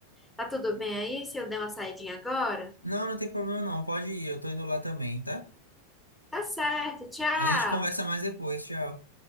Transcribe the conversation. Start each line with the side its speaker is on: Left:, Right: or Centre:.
Centre: Tá tudo bem aí se eu der uma saidinha agora?
Left: Não, não tem problema não. Pode ir, eu tô indo lá também, tá?
Centre: Tá certo, tchau!
Left: A gente conversa mais depois, tchau.